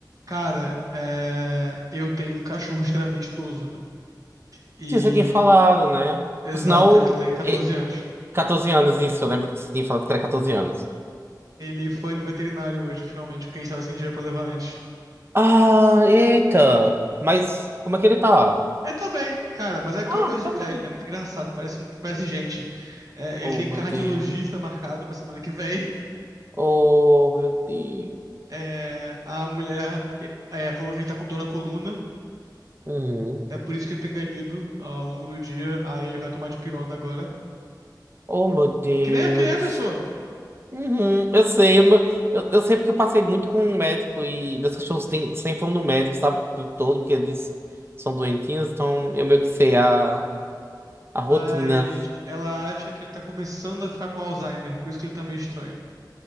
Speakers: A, on the right; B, on the right.
A: Cara, é, eu tenho um cachorro extremamente idoso, né? E,
B: Sim, você tinha falado, né?
A: exato,
B: Por sinal,
A: ele tem 14
B: é,
A: anos.
B: 14 anos, isso, eu lembro que você tinha falado que era catorze anos.
A: Ele foi no veterinário hoje, finalmente, porque a gente tava sem dinheiro pra levar antes.
B: Ah, eita! Mas como é que ele tá?
A: Ele tá bem, cara, mas é aquela
B: Ah,
A: coisa de
B: tá
A: velho,
B: bem.
A: né? Muito engraçado, parece, um- parece gente. É,
B: Oh,
A: ele tem
B: meu
A: cardiologista
B: Deus.
A: marcado pra semana que vem.
B: Oh, meu Deus.
A: É, a mulher é, falou que ele tá com dor na coluna,
B: Uhum.
A: é por isso que ele tem ganido ao longo do dia. Aí ele vai tomar dipirona agora.
B: Oh, meu Deus.
A: Que nem, que nem a pessoa.
B: Uhum. Eu sei, eu, eu eu sei porque eu passei muito com um médico e meus cachorros têm, sempre vão no médico, sabe? O tempo todo, porque eles são doentinhos, então eu meio que sei a, a rotina.
A: Mas ela acha que ele tá começando a ficar com Alzheimer, por isso que ele tá meio estranho.